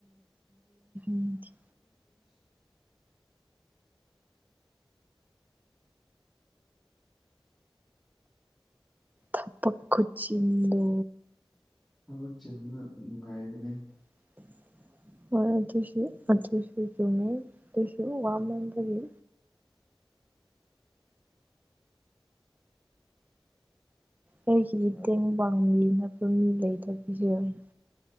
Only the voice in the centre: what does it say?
ꯎꯝ <inaudible>
ꯊꯕꯛ ꯆꯤꯟꯕꯅ ꯅꯨꯡꯉꯥꯏꯕꯅꯦ